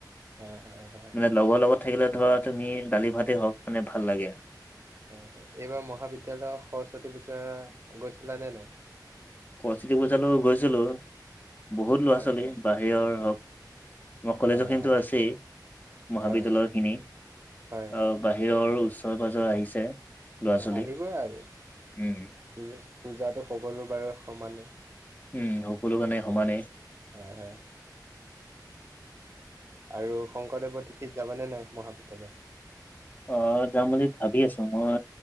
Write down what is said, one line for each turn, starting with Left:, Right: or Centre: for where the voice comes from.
Right: হয় হয় হয়
Left: মানে লগৰ লগত থাকিলে ধৰা তুমি দালি ভাতেই হওক মানে ভাল লাগে।
Right: হয় হয়, এইবাৰ মহাবিদ্যালয়ৰ সৰস্বতী পূজা গৈছিলানে নাই?
Left: সৰস্বতী পূজালো গৈছিলো বহুত ল'ৰা
Right: হয়
Left: ছোৱালী
Right: হয়
Left: বাহিৰৰ হওক আমাৰ কলেজৰ
Right: হয়
Left: খিনিটো
Right: হয়
Left: আছেই মহাবিদ্যালয়ৰ
Right: হয় হয়
Left: খিনি আহ
Right: হয়
Left: বাহিৰৰ ওচৰ পাজৰ
Right: হয়
Left: আহিছে। ল'ৰা ছোৱালী
Right: আহিবই আৰু
Left: উম
Right: পূজাটো সকলোৰে বাবে সমানে
Left: উম সকলো কাৰণে সমানেই
Right: হয় হয় আৰু শংকৰদেৱৰ তিথিত যাবানে নাই মহাবিদ্যালয়?
Left: অ যাম বুলি ভাবি আছো মই